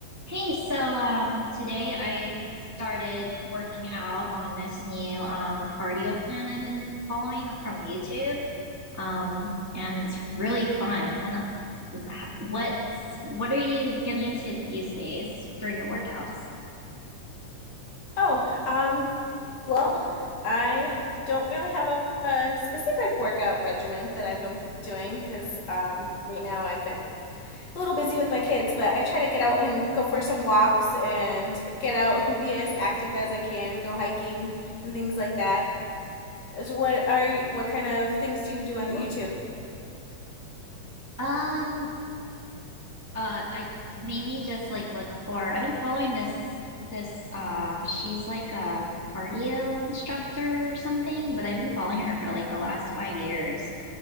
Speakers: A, in the centre; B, on the left (about 50°).
A: Hey, so um today I started working out on this new um cardio plan I've been following from YouTube. Um and it's really fun. I don't wh- what's what are you getting into these days for your workouts?
B: Oh, um, well, I don't really have a, a specific workout regimen that I've been doing because um, right now I've been a little busy with my kids, but I try to get out and go for some walks and get out and be as active as I can, go hiking and things like that. So what are you, what kind of things do you do on the YouTube?
A: Um uh I mainly just like look for I've been following this this uh she's like a cardio instructor or something, but I've been following her for like the last five years.